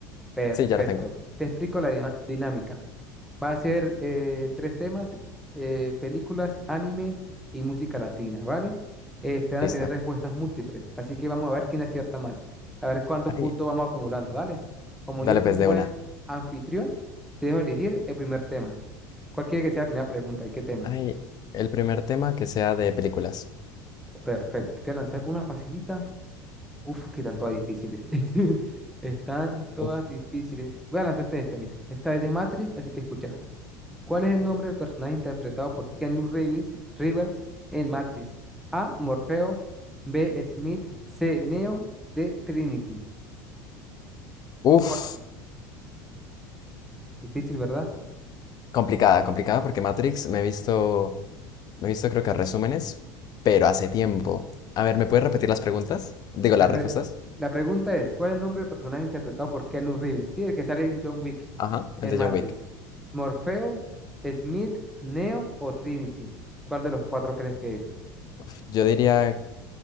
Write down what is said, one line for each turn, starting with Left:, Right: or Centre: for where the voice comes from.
Centre: Perfecto.
Left: Sí, ya lo tengo.
Centre: Te explico la dina- dinámica. Va a ser eh, tres temas, eh, películas, anime y música latina, ¿vale? Este, van
Left: Listo.
Centre: a tener respuestas múltiples, así que vamos a ver quién acierta más, a ver cuántos
Left: Ay,
Centre: puntos vamos acumulando, ¿vale? Como
Left: dale
Centre: yo soy
Left: pues
Centre: un
Left: de
Centre: buen
Left: una.
Centre: anfitrión, te dejo elegir el primer tema. Cualquiera que sea la primera pregunta, ¿de qué tema?
Left: Ay, el primer tema que sea de películas.
Centre: Perfecto, te voy a lanzar una facilita. Uf, que están todas difíciles. <laughs> Están todas
Left: Uf.
Centre: difíciles. Voy a lanzarte esta, mira. Esta es de Matrix, así que escúchala. ¿Cuál es el nombre del personaje interpretado por Keanu Reeves, Rivers en Matrix? A. Morfeo. B. Smith. C. Neo. D. Trinity.
Left: Uf,
Centre: ¿Cuál? Difícil, ¿verdad?
Left: complicada, complicada porque Matrix me he visto, me he visto creo que resúmenes, pero hace tiempo. A ver, ¿me puedes repetir las preguntas? Digo, las
Centre: La, pre-
Left: respuestas.
Centre: la pregunta es, ¿cuál es el nombre del personaje interpretado por Keanu Reeves? Sí, el que sale en John Wick
Left: Ajá, el
Centre: en
Left: de
Centre: Matrix.
Left: John Wick.
Centre: ¿Morfeo, Smith, Neo o Trinity? ¿Cuál de los cuatro crees que es?
Left: Uf, yo diría